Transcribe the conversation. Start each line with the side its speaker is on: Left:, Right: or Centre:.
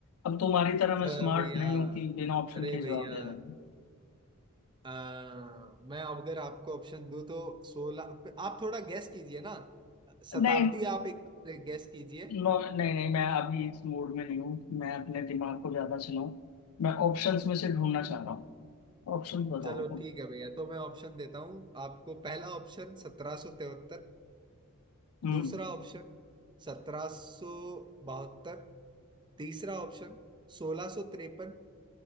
Left: अब तुम्हारी तरह
Right: अरे
Left: मैं स्मार्ट
Right: भैया
Left: नहीं हूँ कि बिना ऑप्शन
Right: अरे
Left: के ही जवाब
Right: भैया
Left: दे दें
Right: अ, मैं अब अगर आपको ऑप्शन दूं तो सोलह आप थोड़ा गैस कीजिए ना शताब्दी
Left: नहीं
Right: आप एक बार गैस कीजिए
Left: नो नहीं नहीं मैं अभी इस मूड में नहीं हूँ मैं अपने दिमाग को ज्यादा चलाऊं मैं ऑप्शंस में से ढूंढना चाह रहा हूँ ऑप्शंस बताओ
Right: चलो
Left: तुम
Right: ठीक है भैया तो मैं ऑप्शन देता हूँ आपको पहला ऑप्शन सत्रह सौ तिहत्तर
Left: हम्म
Right: दूसरा ऑप्शन सत्रह सौ बहत्तर तीसरा ऑप्शन सोलह सौ तिरपन